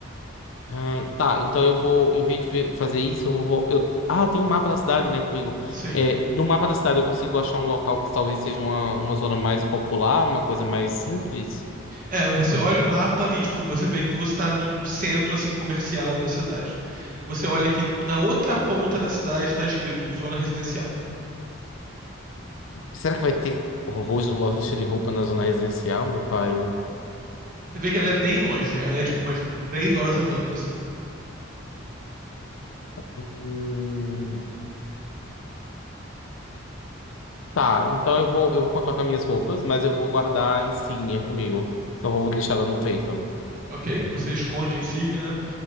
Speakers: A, on the left; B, on the right.
A: Ah, tá, então eu vou, em vez de ver- fazer isso, eu vou. Eu, ah, tem um mapa da cidade, né, comigo.
B: Sim.
A: É, no mapa da cidade eu consigo achar um local que talvez seja uma, uma zona mais popular, uma coisa mais simples.
B: É, você olha o mapa e, tipo, você vê que você tá no, no centro, assim, comercial da cidade. Você olha que na outra ponta da cidade tá escrito zona residencial.
A: Será que vai ter horrores no loja de roupa na zona residencial, meu pai?
B: Você vê que ela é bem longe, ela é, tipo, umas três horas andando, assim.
A: Hum, tá, então eu vou, eu vou contar com as minhas roupas, mas eu vou guardar a insígnia comigo. Não vou deixar ela no peito.
B: Ok? Você esconde a insígnia, né?